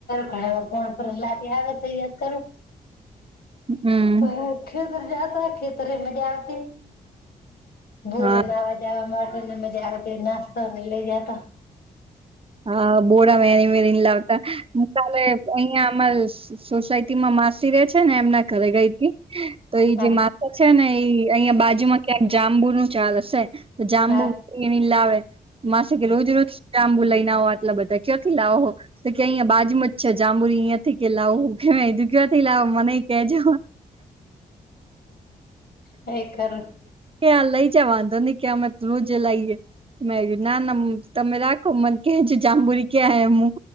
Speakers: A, on the left; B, on the right.
A: ઘણી વાર કોણ લ આવે ત યાદ કરું
B: હમ
A: ભ ખેતર જ ખેતરે મજ આવતી બોર
B: હા
A: વા જવા માટે ને મજા આવે કે નાતો લ ગતા
B: હા બોરા મેની મેલા તાલે અહિયાં અમા સોસાયટી માં માસી રે છે ને એમના રે ગઈ તો એ
A: હા
B: જે માથા છે ને એ અહિયાં બાજુ માં ક્યાંક જામ આંબુ નું ચાલ હશે તો જાંબુ
A: હા
B: એ લ આવેે માસે કે રોજ રોજામં બુ લઈ આટલા બધા કયોથી લાવો તો કે અહીિયાયા બાજમાં જ છે જાંબુરી અહંયાથી કે લાવ કેધું કયોથી લાવો મને કેજ
A: હ એ ખર
B: કે આ લઈ જ વાંધો નહ કે અમે રોજ લઈ જ મે ના ના તમે રાખો મને કે છે જાંબુરી ક્યાંમું